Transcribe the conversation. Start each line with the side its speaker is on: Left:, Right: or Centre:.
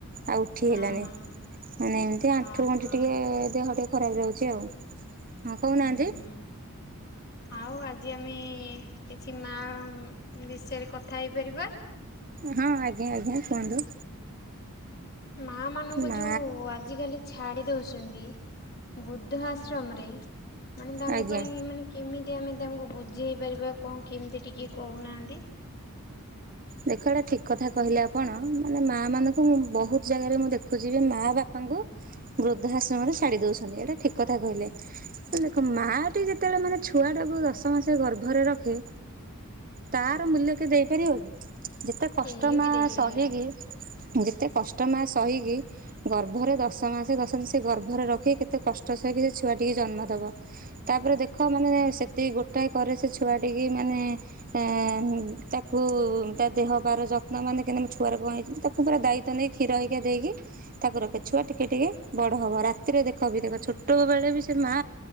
Right: ଆଉ ଉଠି
Left: ହଁ
Right: ହେଲାନି
Left: ହଁ।
Right: ମାନେ ଏମିତି ଆଣ୍ଠୁ
Left: ଓହୋ।
Right: ଗଣ୍ଠି ଟିକେ ଦେହ ଟିକେ ଖରାପ ରହୁଛି ଆଉ। ହଁ କହୁନାହାନ୍ତି
Left: ହୁଁ ହୁଁ। ଆଉ ଆଜି ଆମେ କିଛି ମା ବିଷୟରେ କଥା ହେଇପାରିବା?
Right: ହଁ ଆଜ୍ଞା ଆଜ୍ଞା କୁହନ୍ତୁ।
Left: ମା ମାନଙ୍କୁ
Right: ମା
Left: ଯୋଉ ଆଜିକାଲି ଛାଡି ଦଉଛନ୍ତି ବୁଦ୍ଧ ଆଶ୍ରମରେ ମାନେ ତାଙ୍କ
Right: ଆଜ୍ଞା।
Left: ପାଇଁ ମାନେ କେମିତି ଆମେ ତାଙ୍କୁ ବୁଝିଇ ପାରିବା କଣ କେମିତି ଟିକିଏ କହୁନାହାନ୍ତି?
Right: ଦେଖ ଏଇଟା ଠିକ୍ କଥା କହିଲେ ଆପଣ ମାନେ ମାଆ ମାନଙ୍କୁ ମୁଁ ବହୁତ ଜାଗାରେ ମୁଁ ଦେଖୁଛି ଯେ ମାଆ ବା ବାପା ଙ୍କୁ ବୃଦ୍ଧାଶ୍ରମରେ ଛାଡି ଦଉଛନ୍ତି ଏଇଟା ଠିକ କଥା କହିଲେ। ଦେଖ ମା ଟି ଯେତେବେଳେ ମାନେ ଛୁଆ ଟାକୁ ଦଶ ମାସ ଗର୍ଭରେ ରଖି। ତାର ମୂଲ୍ୟ କିଏ ଦେଇପାରିବ କି? ଯେତେ କଷ୍ଟମା
Left: କେହି ବି ଦେଇପାରିବେନି।
Right: ସହିକି ଯେତେ କଷ୍ଟମା ସହିକି ଗର୍ଭରେ ଦଶ ମାସେ ଦଶ ଦିନ ସେ ଗର୍ଭରେ ରଖିକି କେତେ କଷ୍ଟ ସହିକି ସେ ଛୁଆ ଟିକେ ଜନ୍ମ ଦବ। ତାପରେ ଦେଖ ମାନେ ସେତିକି ଗୋଟାଏ କରେ ସେ ଛୁଆଟିିକି ମାନେ ଏଁ ତାକୁ ତା ଦେହ ପାର ଯତ୍ନ ମାନେ କେନ୍ତୁ ମୁଁ ଛୁଆକୁ କଣ ହେଇଛି ତାକୁ ପୁରା ଦାୟିତ୍ୱ ନେଇ କ୍ଷୀର ହେକା ଦେଇକି ତାକୁରଖେ ଛୁଆ ଟିକେ ଟିକେ ବଡ ହବ ରାତିରେ ଦେଖ ବି ଦେଖ ଛୋଟ ବେଳେ ବି ସେ ମା